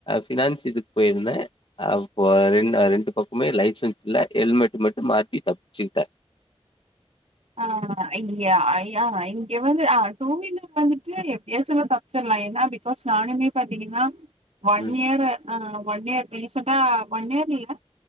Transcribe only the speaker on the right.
ஆ இங்க ய இங்க வந்து ஆ டூ வீலர் வந்துட்டு எப்டியா சொல்ல சார் நா ஏன்னா பிகாஸ் நானுமே பாத்தீங்கனா ஒன்
இயர் ஆ ஒன் இயர் ரீசன்டா ஒன் இயர் இல்ல